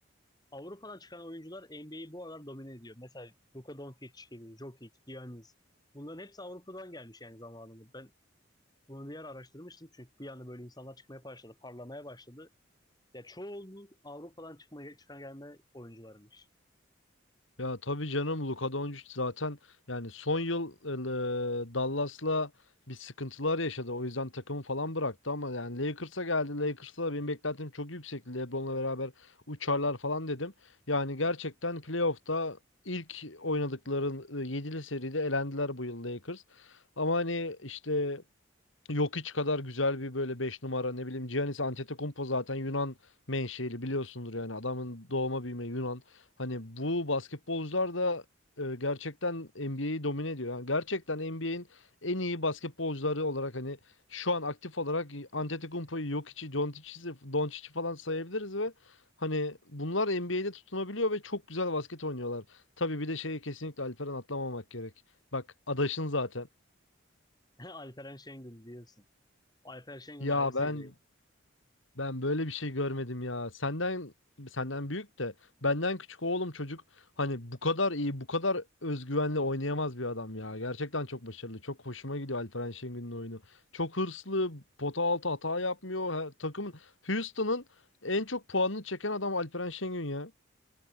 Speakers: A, on the left; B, on the left.
A: Avrupa'dan çıkan oyuncular NBA'yi bu aralar domine ediyor. Mesela Luka Doncic gibi, Jokic, Giannis. Bunların hepsi Avrupa'dan gelmiş yani zamanında. Ben bunu bir yer araştırmıştım çünkü bir anda böyle insanlar çıkmaya başladı, parlamaya başladı. Ya çoğunluğu Avrupa'dan çıkmaya, çıkan gelme oyuncularmış.
B: Ya tabii canım Luka Doncic zaten yani son yıl e, Dallas'la bir sıkıntılar yaşadı. O yüzden takımı falan bıraktı ama yani Lakers'a geldi. Lakers'a da benim beklentim çok yüksekti. LeBron'la beraber uçarlar falan dedim. Yani gerçekten playoff'ta ilk oynadıkları ıı, yedili seride elendiler bu yıl Lakers. Ama hani işte Yok hiç kadar güzel bir böyle 5 numara ne bileyim Giannis Antetokounmpo zaten Yunan menşeli biliyorsundur yani adamın doğma büyüme Yunan. Hani bu basketbolcular da e, gerçekten NBA'yi domine ediyor. Yani gerçekten NBA'in en iyi basketbolcuları olarak hani şu an aktif olarak Antetokounmpo'yu, Jokic'i, Doncic'i Doncic'i falan sayabiliriz ve hani bunlar NBA'de tutunabiliyor ve çok güzel basket oynuyorlar. Tabii bir de şeyi kesinlikle Alperen atlamamak gerek. Bak adaşın zaten.
A: <laughs> Alperen Şengün diyorsun. Alperen Şengün
B: Ya
A: ayrı seviye.
B: ben Ben böyle bir şey görmedim ya. Senden senden büyük de benden küçük oğlum çocuk hani bu kadar iyi, bu kadar özgüvenle oynayamaz bir adam ya. Gerçekten çok başarılı. Çok hoşuma gidiyor Alperen Şengün'ün oyunu. Çok hırslı, pota altı hata yapmıyor. Her, takımın Houston'ın en çok puanını çeken adam Alperen Şengün ya.